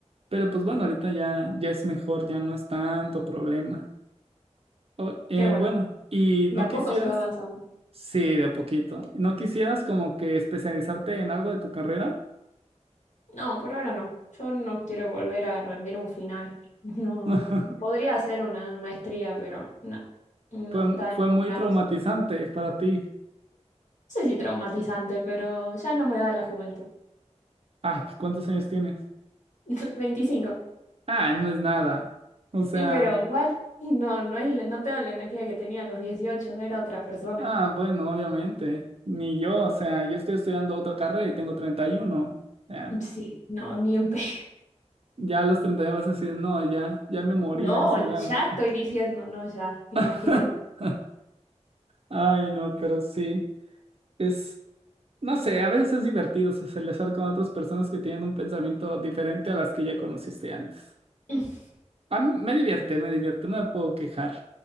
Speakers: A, on the right; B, on the left.
A: Pero pues bueno, ahorita ya, ya es mejor, ya no es tanto problema. O- eh,
B: Qué bueno,
A: bueno, y
B: de
A: no
B: a
A: quisieras,
B: poco se va avanzando.
A: sí, de a poquito, no quisieras como que especializarte en algo de tu carrera.
B: No, por ahora no. Yo no quiero volver a rendir un final. <laughs> No,
A: <laughs>
B: podría hacer una maestría, pero no, no
A: Fue,
B: está
A: fue
B: en mis
A: muy
B: planes.
A: traumatizante para ti.
B: No sé si traumatizante, pero ya no me da la juventud.
A: Ah, pues, ¿cuántos años tienes?
B: <laughs> 25.
A: Ah, no es nada. O sea,
B: Sí, Pero igual no, no es, la- no tengo la energía que tenía a los 18, era otra persona.
A: ah, bueno, obviamente. Ni yo, o sea, yo estoy estudiando otra carrera y tengo treinta y uno Ya,
B: Sí, no, ni en pedo.
A: ya a los 31 vas a decir, no, ya, ya me morí
B: No,
A: a esa
B: ya
A: edad.
B: estoy diciendo, no ya, imagínate.
A: <laughs> Ay, no, pero sí, es. No sé, a veces es divertido socializar con otras personas que tienen un pensamiento diferente a las que ya conociste antes.
B: <laughs>
A: A mí me divierte, me divierte, no me puedo quejar.